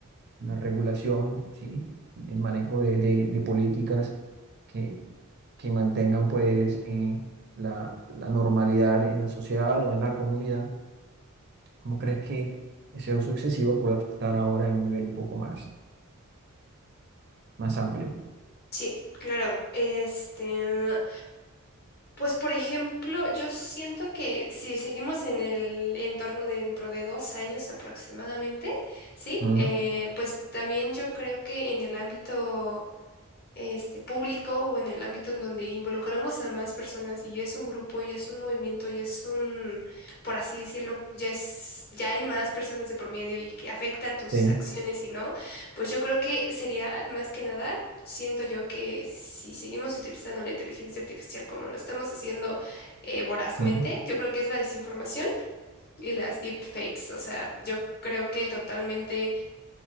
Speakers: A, on the right; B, on the left.
A: en la regulación, ¿sí? En el manejo de de- de políticas que que mantengan pues eh, la, la normalidad en la sociedad o en la comunidad? ¿Cómo crees que ese uso excesivo puede afectar ahora en un nivel un poco más, más amplio?
B: Sí, claro. Este, pues por ejemplo, yo siento que si seguimos en el entorno dentro de dos años aproximadamente, sí,
A: ¿Mm?
B: Eh, pues también yo creo que en el ámbito este, público o en el ámbito en donde involucramos a más personas y ya es un grupo, ya es un movimiento, ya es un, por así decirlo, ya es, ya hay más personas de por medio y que afecta tus
A: Sí.
B: acciones y no, pues yo creo que sería más que nada, siento yo que si seguimos utilizando la inteligencia artificial como lo estamos haciendo eh, vorazmente,
A: ¿Mm?
B: yo creo que es la desinformación y las deepfakes, o sea, yo creo que totalmente